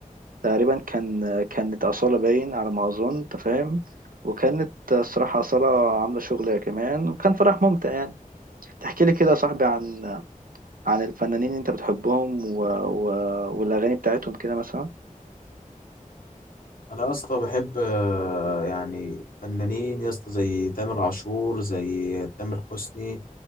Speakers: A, on the right; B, on the left.
A: تقريبا كان كانت أصالة باين على ما أظن أنت فاهم وكانت الصراحة أصالة عاملة شغلها كمان وكان فرح ممتع يعني تحكي لي كده يا صاحبي عن عن الفنانين اللي انت بتحبهم و... و... والاغاني بتاعتهم كده مثلا
B: انا يا اسطى بحب آه، يعني فنانين يا اسطى زي تامر عاشور زي تامر حسني